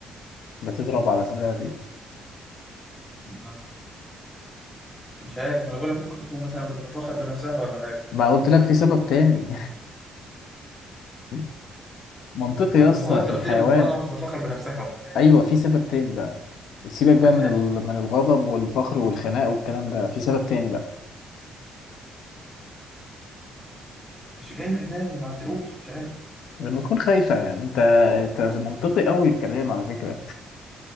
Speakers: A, on the left; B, in the centre.
A: بتضرب على صدرها فيه
B: مش مش عارف ما انا بقول لك ممكن تكون مثلا بتتفخر بنفسها ولا حاجة
A: ما قلت لك في سبب تاني <laughs> منطقي
B: ما
A: يا اسطى
B: ما هو انت
A: في الحيوان
B: قلت لي غضبانة وبتتفخر بنفسها وفي ده
A: ايوه في سبب تاني بقى سيبك بقى
B: في الحاجة
A: من ال... من الغضب والفخر والخناق والكلام ده في سبب تاني بقى
B: مش جاي في دماغي ما عادش- اقول مش عارف
A: لما تكون خايفة يعني انت انت منطقي قوي الكلام على فكرة